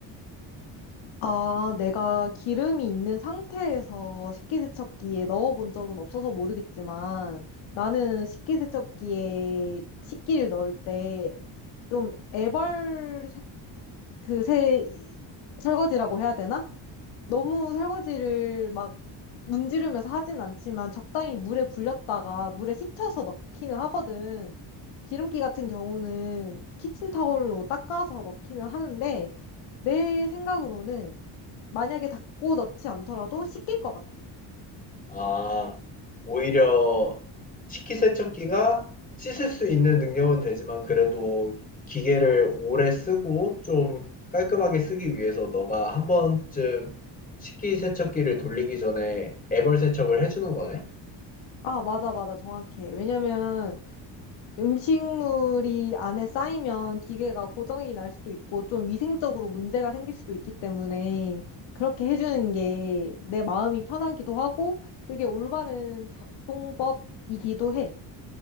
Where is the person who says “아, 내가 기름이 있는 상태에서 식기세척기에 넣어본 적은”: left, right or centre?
Left